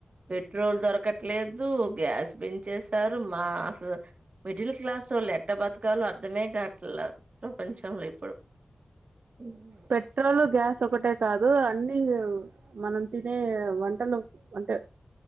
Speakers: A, on the right; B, on the right.
A: పెట్రోల్ దొరకట్లేదు గ్యాస్ పెంచేశారు మా అసలు మిడిల్ క్లాస్ వాళ్ళు ఎట్ట బతకాలో అర్ధమే కవట్ల ప్రపంచంలో ఇప్పుడు ఉమ్,
B: పెట్రోల్ గ్యాస్ చ్ ఒకటే కాదు, అన్ని మనం తినే వంటలు అంటే